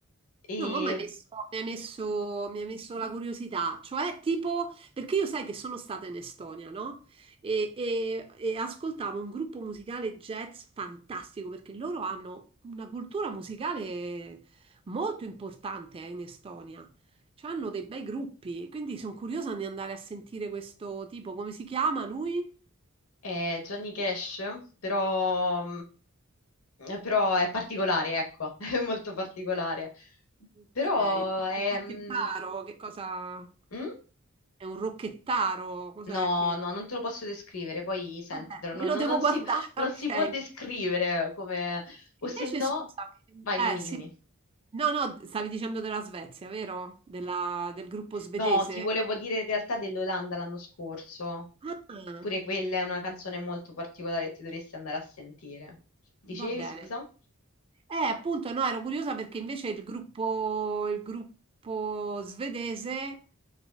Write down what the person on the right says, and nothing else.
No, ma mi hai messo, mi hai messo- mi hai messo la curiosità, cioè tipo, perché io sai che sono stata in Estonia, no? E, e- e ascoltavo un gruppo musicale jazz fantastico, perché loro hanno una cultura musicale molto importante, eh, in Estonia. Cioè, hanno dei bei gruppi, quindi sono curiosa di andare a sentire questo tipo, come si chiama lui?
Ok,
un rocchettaro,
che cosa?
È un rocchettaro, cos'è
che...
Vabbè, me
lo
devo
guardare, <laughs>
ok.
Invece,
scusami,
eh
sì,
no, no, stavi dicendo della Svezia, vero? Della- del gruppo svedese?
Ah,
va bene.
Eh, appunto, no, ero curiosa perché invece il gruppo, il gruppo svedese